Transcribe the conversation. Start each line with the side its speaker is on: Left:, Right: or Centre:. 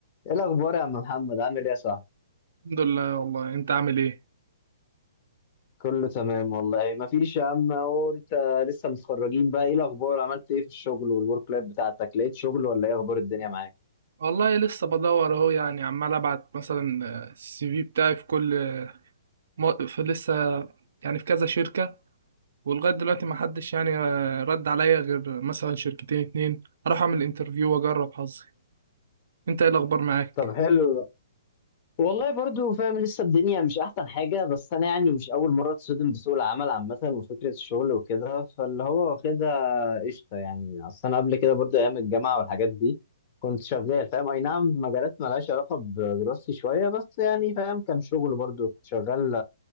Left: ايه الاخبار يا عم محمد عامل ايه يا صاحبي
Right: الحمد لله والله انت عامل ايه
Left: كله تمام والله ما فيش يا عم اهو انت لسه متخرجين بقى ايه الاخبار عملت ايه في الشغل والورك لايف بتاعتك لقيت شغل ولا ايه اخبار الدنيا معاك
Right: والله لسه بدور اهو يعني عمال ابعت مثلا آه، السي في بتاعي في كل م- في لسه يعني في كذا شركة ولغاية دلوقتي ما حدش يعني آه، رد عليا غير مثلا شركتين اتنين اروح اعمل انترفيو واجرب حظي انت ايه الاخبار معاك
Left: طب حلو ده. والله برضو فاهم لسه الدنيا مش احسن حاجه بس انا يعني مش اول مره اتصدم بسوق العمل عامه وفكره الشغل وكده فاللي هو واخدها قشطه يعني اصل انا قبل كده برضو ايام الجامعه والحاجات دي كنت شغال فاهم اي نعم في مجالات مالهاش علاقه بدراستي شويه بس يعني فاهم كان شغل برضو كنت شغال